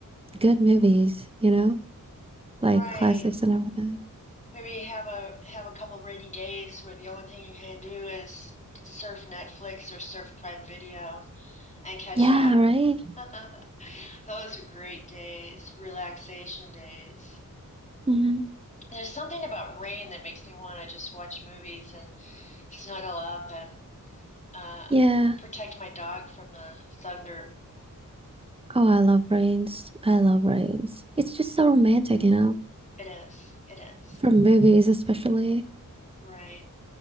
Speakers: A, on the right; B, on the left.
A: good movies, you know, like
B: Right.
A: classics and everything.
B: Maybe have a have a couple of rainy days where the only thing you can do is surf Netflix or surf Prime Video and catch
A: Yeah,
B: up.
A: right?
B: <laughs> Those are great days, relaxation days.
A: Mm-hmm.
B: There's something about rain that makes me want to just watch movies and snuggle up and uh,
A: Yeah.
B: protect my dog from the thunder.
A: Oh, I love Rains. I love Rains. It's just so romantic, you know,
B: It is, it is.
A: for movies especially.
B: Right.